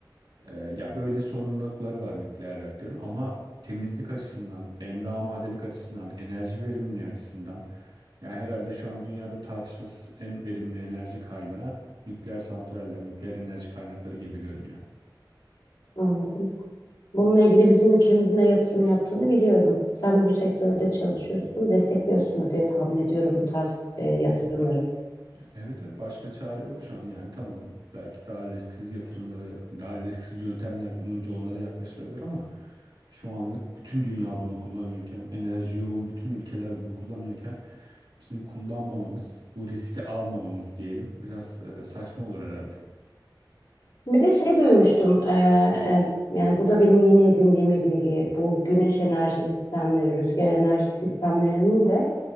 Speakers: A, on the right; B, on the left.
A: Ee, ya böyle sorumlulukları var nükleer reaktörün ama temizlik açısından, emre amadelik açısından, enerji verimliliği açısından ya herhalde şu an dünyada tartışmasız en verimli enerji kaynağı nükleer santraller, nükleer enerji kaynakları gibi görünüyor.
B: Anladım. Bununla ilgili bizim ülkemizin de yatırım yaptığını biliyorum. Sen de bu sektörde çalışıyorsun, destekliyorsundur diye tahmin ediyorum bu tarz e, yatırımları.
A: Evet evet başka çare yok şu an yani tamam belki daha risksiz yatırımlara, daha risksiz yöntemler bulununca onlara yaklaşılabilir ama şu anlık bütün dünya bunu kullanıyorken, enerji yoğun bütün ülkeler bunu kullanıyorken Bizim kullanmamamız, bu riski almamamız diyelim biraz e, saçma olur herhalde.
B: Bir de şey duymuştum, e, e, yani bu da benim yeni edindiğim bir bilgi. Bu güneş enerji sistemleri, rüzgar enerji sistemlerinin de